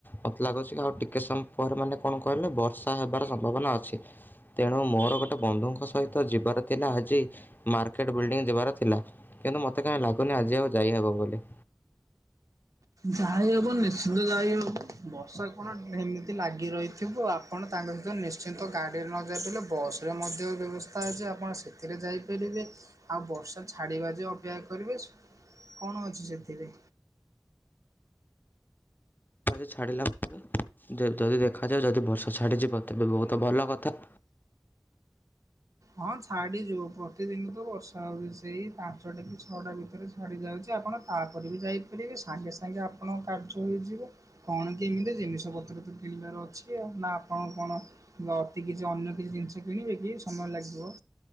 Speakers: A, on the left; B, on the right.
A: ମତେ ଲାଗୁଛି ଆଉ ଟିକେ ସମ ପରେ ମାନେ କଣ କହିଲେ ବର୍ଷା ହେବାର ସମ୍ଭାବନା ଅଛି। ତେଣୁ ମୋର ଗୋଟେ ଗୋଟେ ବନ୍ଧୁଙ୍କ ସହିତ ଯିବାର ଥିଲା ଆଜି ମାର୍କେଟ ବିଲଡିଂ ଯିବାର ଥିଲା। କିନ୍ତୁ ମୋତେ କାଇଁ ଲାଗୁନି ଆଜି ଆଉ ଯାଇହବ ବୋଲି।
B: ଯାଇ ହବ ନିଶ୍ଚିନ୍ତ ଯାଇ ହବ ବର୍ଷା କଣ ଏମିତି ଲାଗି ରହିଥିବ? ଆପଣ ତାଙ୍କ ସହିତ ନିଶ୍ଚିନ୍ତ ଗାଡ଼ିରେ ନ ଯାଇପାରିଲେ ବସ୍ ରେ ମଧ୍ୟ ବ୍ୟବସ୍ଥା ଅଛି ଆପଣ ସେଥିରେ ଯାଇପାରିବେ। ଆଉ ବର୍ଷା ଛାଡ଼ିବା ଯେ ଅପେକ୍ଷା କରିବେ। କଣ ଅଛି ସେଥିରେ?
A: ଦେଖ ଛାଡ଼ିଲା ପରେ ଯଦି ଦେଖାଯାଏ ଯଦି ବର୍ଷ ଛାଡ଼ିଯିବ ତେବେ ବହୁତ ଭଲ କଥା।
B: ହଁ ଛାଡ଼ିଯିବ। ପ୍ରତିଦିନ ତ ବର୍ଷା ହେଉଛି ସେଇ ପାଞ୍ଚଟା କି ଛଅଟା ଭିତରେ ଛାଡ଼ିଯାଉଛି ଆପଣ ତାପରେ ବି ଯାଇପାରିବେ ସାଙ୍ଗେ ସାଙ୍ଗେ ଆପଣଙ୍କ କାର୍ଯ୍ୟ ହୋଇଯିବ। କଣ କେମିତି ଜିନିଷ ପତ୍ର ତ କିଣିବାର ଅଛି ଆଉ ନା ଆପଣ କଣ ନ ଅତି କିଛି ଅନ୍ୟ କିଛି ଜିନିଷ କିଣିବେ କି ସମୟ ଲାଗିବ?